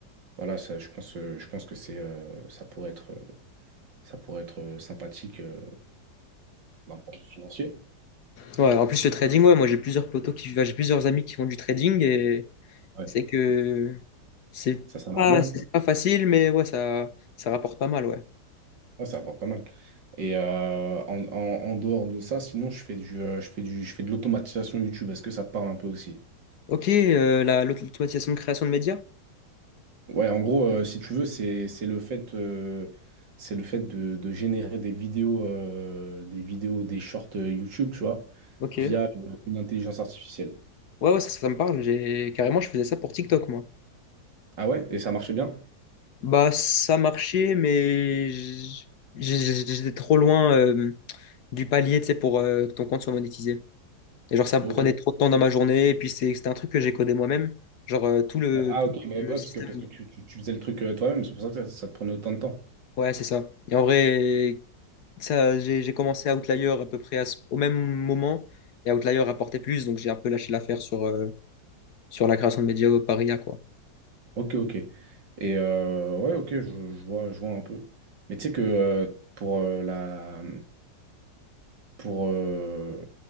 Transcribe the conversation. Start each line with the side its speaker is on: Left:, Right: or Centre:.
Right: voilà, ça, je pense, euh, je pense que c'est, euh, ça pourrait être, euh, ça pourrait être euh, sympathique euh, d'un point de vue financier.
Left: Ouais, en plus, le trading, ouais, moi, j'ai plusieurs potos qui, enfin, j'ai plusieurs amis qui font du trading et
Right: Ouais.
Left: c'est que c'est
Right: Ça, ça marche
Left: pas,
Right: bien.
Left: c'est pas facile, mais ouais, ça, ça rapporte pas mal, ouais.
Right: Ouais, ça apporte pas mal. Et euh, en, en- en dehors de ça, sinon, je fais du, euh, je fais du, je fais de l'automatisation YouTube. Est-ce que ça te parle un peu aussi?
Left: Ok, euh, la, l'aut- l'automatisation de création de médias?
Right: Ouais, en gros, euh, si tu veux, c'est c'est le fait, euh, c'est le fait de, de générer des vidéos, euh, des vidéos, des shorts euh, YouTube, tu vois,
Left: Ok.
Right: via euh, une intelligence artificielle.
Left: Ouais, ouais, ça, ça me parle. J'ai, carrément, je faisais ça pour TikTok, moi.
Right: Ah ouais? Et ça marchait bien?
Left: Bah, ça marchait, mais j'- j'- j'étais trop loin, euh, du palier, tu sais, pour, euh, que ton compte soit monétisé. Et genre, ça
Right: Ok.
Left: me prenait trop de temps dans ma journée. Et puis, c'est- c'était un truc que j'ai codé moi-même. Genre, euh, tout le,
Right: Ah
Left: tout
Right: ok, mais
Left: le
Right: ouais,
Left: système.
Right: parce que, parce que tu, tu- tu faisais le truc euh, toi-même, c'est pour ça que ça, ça te prenait autant de temps.
Left: Ouais, c'est ça. Et en vrai, ça, j'ai j'ai commencé Outlier à peu près à ce- au même moment. Et Outlier rapportait plus. Donc, j'ai un peu lâché l'affaire sur, euh, sur la création de médias par IA, quoi.
Right: Ok, ok. Et euh, ouais, ok, je, je vois, je vois un peu. Mais tu sais que euh, pour euh, la, pour euh,